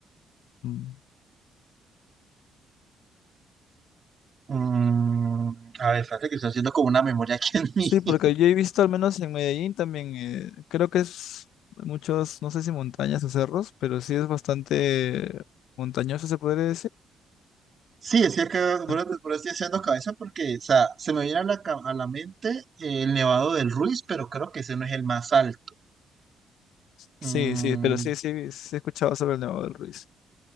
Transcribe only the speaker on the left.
Mm.
Sí, porque
yo he visto al menos en Medellín también, eh, creo que es muchos, no sé si montañas o cerros, pero sí es bastante montañoso, se podría decir.
An-
Sí, sí, pero sí, sí, sí he escuchado sobre el Nevado del Ruiz.